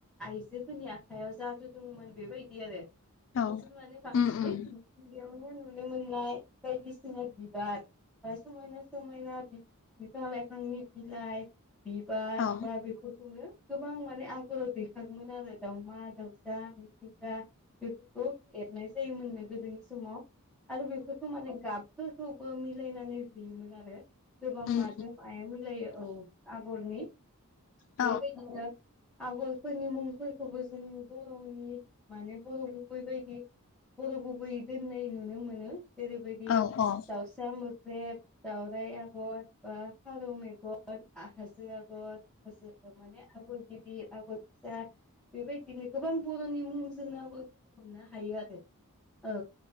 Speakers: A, in the centre; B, on the left.
A: आइजोफोरनि आखायाव जादु दंमोन बेबादि आरो नोंसोर
B: औ
A: माने बांसिनै
B: उम उम
A: बेयावनो नुनो मोननाय बायदिसि जाना बिबार बा समायना समायना बिफां-लाइफांनि बिलाइ बिबार
B: औ
A: बा बेफोरखौनो गोबां माने आगराव दैखांगोमोन आरो दाउमा दाउसा मिथिंगा। बेफोरखौ एरनाय जायोमोननो गोदोनि समाव आरो बेफोरखौ माने गाब। फोरखौबो मिलायनानै हुयोमोन आरो गोबां
B: उम
A: माजों माया मिलायो औ आगरनि
B: औ
A: बेबायदिनो आगरफोरनि मुंफोरखौबो जों बर'नि माने बर' गुबैबायदि बर' गुबै दोननाय नुनो मोनो जेरैबायदि
B: <unintelligible>
A: दाउसा मोख्रेब दाउराय आगर बा फारौ मेगन हाजो आगर हाजो माने आगर गिदिर आगर फिसा बेबायदिनो गोबां बर'नि मुंजोंबाबो मोननो हायो आरो औ